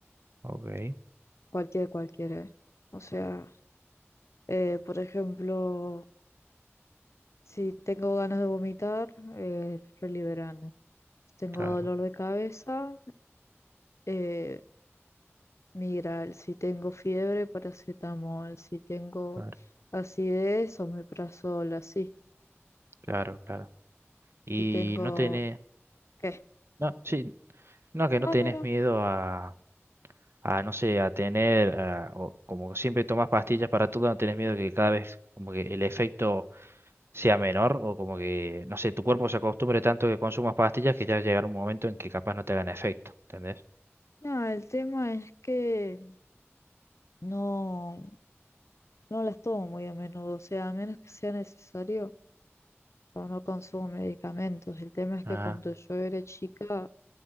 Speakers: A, on the right (about 60°); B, on the left (about 80°).
A: Ok,
B: cualquier, cualquiera. ¿eh? O sea, eh, por ejemplo... Si tengo ganas de vomitar, eh, Reliberán. Si tengo
A: claro,
B: dolor de cabeza, eh, Migral. Si tengo fiebre, paracetamol. Si tengo
A: claro,
B: acidez, omeprazol, así.
A: claro, claro. Y
B: Si tengo...
A: no tiene...
B: ¿Qué?
A: No, sí, No, que no
B: No,
A: tenés
B: no, no.
A: miedo a, a no sé, a tener, a- o como siempre tomas pastillas para todo, no tenés miedo que cada vez como que el efecto sea menor o como que, no sé, tu cuerpo se acostumbre tanto que consumas pastillas que ya llegará un momento en que capaz no te hagan efecto, ¿entendés?
B: No, el tema es que no, no las tomo muy a menudo. O sea, a menos que sea necesario, o no consumo medicamentos. El tema es que
A: Ah,
B: cuando yo era chica